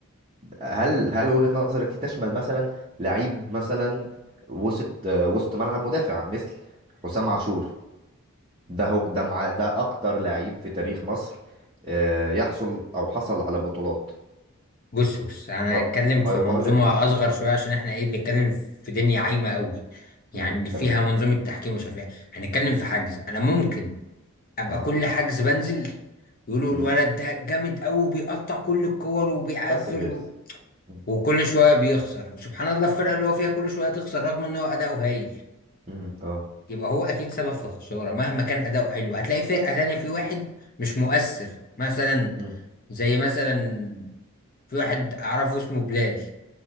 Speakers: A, on the right; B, on the left.
A: هل هل وجهة نظرك دي تشمل مثلا لعيب مثلا وسط وسط ملعب مدافع مثل حسام عاشور ده هو ده مع ده اكتر لعيب في تاريخ مصر آه، يحصل او حصل على بطولات
B: بص بص انا
A: ف-
B: هتكلم
A: فيقال
B: في منظومه
A: انه اسطوره
B: اصغر شويه عشان احنا ايه بنتكلم في دنيا عايمه قوي يعني
A: امم
B: اللي فيها
A: تمام
B: منظومه تحكيم ومش عارف ايه هنتكلم في حجز انا ممكن ابقى
A: اه
B: كل حجز بنزل يقولوا
A: امم
B: الولد ده جامد قوي بيقطع كل الكور وبيعافر
A: بس بيخسر مم.
B: وكل شويه بيخسر وسبحان الله الفرقه اللي هو فيها كل شويه تخسر رغم ان هو اداؤه هايل
A: مم. اه
B: يبقى هو اكيد سبب في الخساره مهما كان اداؤه حلو هتلاقي فرقه تانية في واحد مش مؤثر مثلا
A: مم.
B: زي مثلا في واحد اعرفه اسمه بلال